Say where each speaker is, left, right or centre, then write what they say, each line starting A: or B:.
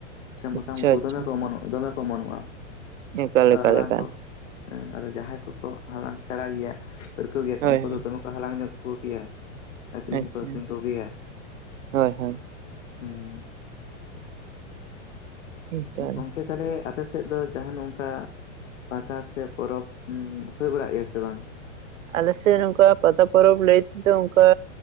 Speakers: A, on the left; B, on the right.
A: ᱥᱮ ᱢᱚᱛᱟᱢ
B: ᱟᱪᱪᱷᱟ
A: ᱩᱫ
B: ᱟᱪᱪᱷᱟ
A: ᱫᱚᱢᱮ ᱠᱚ ᱚᱢᱚᱱᱚᱜᱼᱟ ᱫᱚᱢᱮ ᱠᱚ ᱚᱢᱚᱱᱚᱜᱼᱟ
B: ᱮᱠᱟᱞ
A: ᱛ
B: ᱮᱠᱟᱞ
A: ᱦᱟᱞᱟᱝ
B: ᱮᱠᱟᱞ
A: ᱠᱚ ᱟᱫᱚ ᱡᱟᱦᱟᱸᱭ ᱠᱚᱠᱚ ᱦᱟᱞᱟᱝ ᱥᱮᱬᱟ ᱜᱮᱭᱟ ᱯᱟᱹᱨᱠᱟᱹᱣ ᱜᱮᱭᱟ ᱠᱚ
B: ᱦᱳᱭ
A: ᱩᱱᱠᱩ
B: ᱦᱳᱭ
A: ᱫᱚ ᱫᱚᱢᱮ ᱠᱚ ᱦᱟᱞᱟᱝᱧᱚᱜ ᱠᱚᱜᱮᱭᱟ ᱟᱹᱠᱷᱨᱤᱧ
B: ᱟᱪᱪᱷᱟ
A: ᱦᱚᱸᱠᱚ ᱟᱹᱠᱷᱨᱤᱧ ᱠᱚᱜᱮᱭᱟ
B: ᱦᱳᱭ ᱦᱳᱭ
A: ᱦᱩᱸ
B: ᱮᱠᱟᱞ
A: ᱜᱚᱝᱠᱮ ᱛᱟᱦᱞᱮ ᱟᱯᱮᱥᱮᱫ ᱫᱚ ᱡᱟᱦᱟᱱ ᱝᱠᱟ ᱯᱟᱛᱟ ᱥᱮ ᱯᱚᱨᱚᱵᱽ ᱦᱩᱭ ᱵᱟᱲᱟᱜ ᱜᱮᱭᱟ ᱥᱮ ᱵᱟᱝ
B: ᱟᱞᱮᱥᱮᱫ ᱱᱚᱝᱠᱟ ᱯᱟᱛᱟ ᱯᱚᱨᱚᱵᱽ ᱞᱟᱹᱭ ᱛᱮᱫᱚ ᱚᱝᱠᱟ